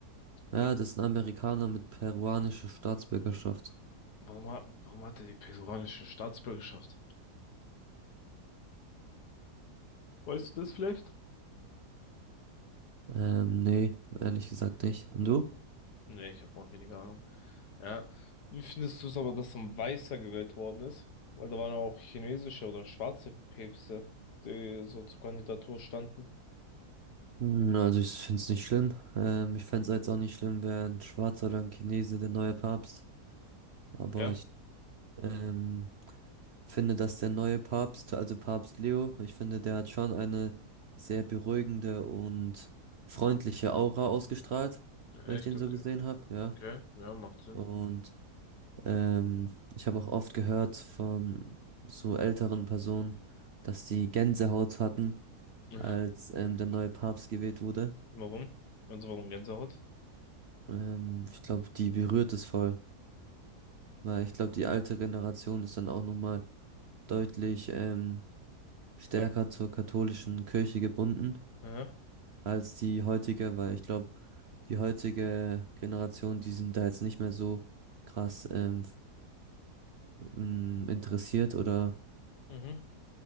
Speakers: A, on the left (about 80°); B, on the right (about 55°).
A: Ja.
B: Ja, das ist ein Amerikaner mit peruanischer Staatsbürgerschaft.
A: Warum hat, warum hat er die peruanische Staatsbürgerschaft? Weißt du das vielleicht?
B: Ähm, nee, ehrlich gesagt nicht. Und du?
A: Nee, ich habe auch weniger Ahnung. Ja. Wie findest du es aber, dass so ein Weißer gewählt worden ist? Weil da waren ja auch chinesische oder schwarze Päpste, die so zur Kandidatur standen.
B: Hm, Also ich finde es nicht schlimm. Ähm, ich fände es jetzt auch nicht schlimm, wäre ein Schwarzer oder ein Chinese der neue Papst. Aber
A: Ja,
B: ich ähm, finde, dass der neue Papst, also Papst Leo, ich finde, der hat schon eine sehr beruhigende und freundliche Aura ausgestrahlt,
A: Echt?
B: wenn ich den
A: Okay.
B: so gesehen habe, ja.
A: Okay. Ja, macht Sinn.
B: Und ähm, ich habe auch oft gehört von so älteren Personen, dass die Gänsehaut hatten,
A: <laughs>
B: als ähm, der neue Papst gewählt wurde.
A: warum? Also warum Gänsehaut?
B: Ähm, ich glaube, die berührt es voll, weil ich glaube, die alte Generation ist dann auch nochmal deutlich ähm, stärker zur katholischen Kirche gebunden
A: Aha.
B: als die heutige, weil ich glaube, die heutige Generation, die sind da jetzt nicht mehr so krass ähm, f- m, interessiert oder
A: Mhm.